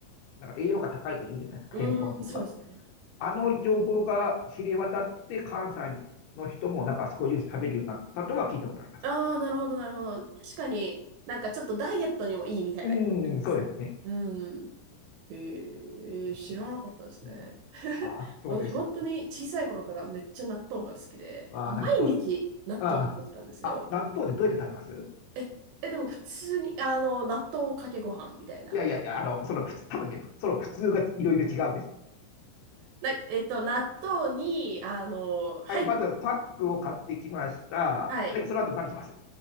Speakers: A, on the left (about 70°); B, on the right (about 75°).
A: なんか栄養価高いとか言うじゃないですか、
B: うーん、
A: 健康にいいとか。
B: そうですね。
A: あの情報が知れ渡って、関西の人もなんか少しずつ食べるようになったとは聞いたことあります。
B: ああ、なるほど、なるほど。確かに、なんかちょっとダイエットにもいいみたいな感じなんです。
A: うん。うん、そうですね。
B: うん。ええ知らなかったですね。
A: そうなんです。うん、
B: <laughs>
A: ああとです。
B: 私、本当に小さい頃からめっちゃ納豆が好きで、
A: <laughs> ああ、
B: もう毎日納豆食べてたんですよ。
A: 納豆、ああ、あ、納豆でどうやって食べます
B: え、え、でも普通に、あの、納豆かけご飯みたいな。
A: いやいやいや、あの、その普通、多分ね、その普通がいろいろ違うんですよ。
B: な、えっと、納豆に、あの、はい、
A: はい、まずパックを買ってきました。
B: はい、
A: はい、その後何します